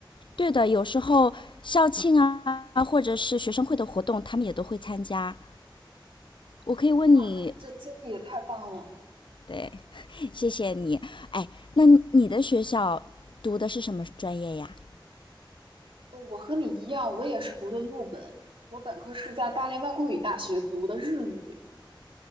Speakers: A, on the left (about 65°); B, on the right (about 85°).
A: 对的，有时候校庆啊，或者是学生会的活动，他们也都会参加。我可以问你，
B: 哇，那这经历也太棒了！
A: 对，谢谢你。哎，那你的学校读的是什么专业呀？
B: 哦，我和你一样，我也是读的陆本，我本科是在大连外国语大学读的日语，